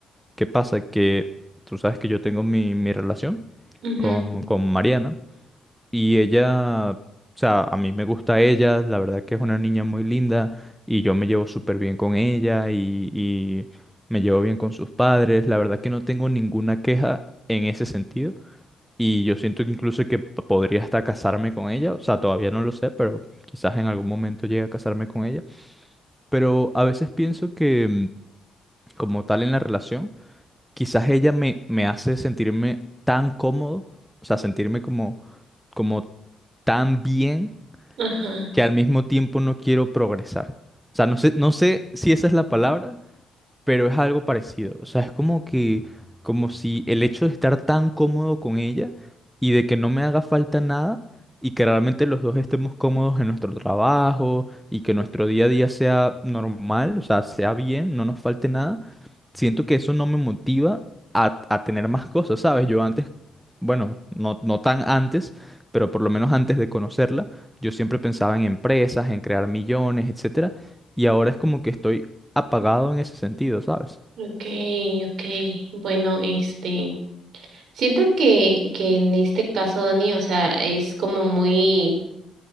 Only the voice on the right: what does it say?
Ujú,
Ajá,
okay, okay. Bueno, este, siento que, que en este caso, Dani, o sea, es como muy